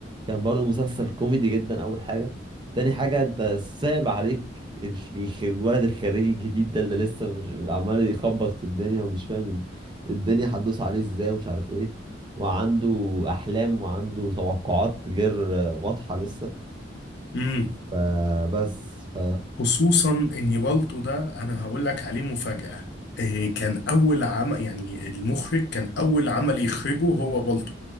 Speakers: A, on the right; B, on the left.
A: كان برضو مسلسل كوميدي جدا اول حاجة تاني حاجة انت صعب عليك ال- ال- الولد الخريج الجديد ده اللي لسه مش- عمال يخبط في الدنيا ومش فاهم ال- الدنيا هتدوس عليه ازاي ومش عارف ايه وعنده احلام وعنده توقعات غير واضحة لسه
B: امم
A: فبس ف
B: خصوصا ان بالطو ده انا هقول لك عليه مفاجأة إيه كان اول عمل يعني المخرج كان اول عمل يخرجه هو بالطو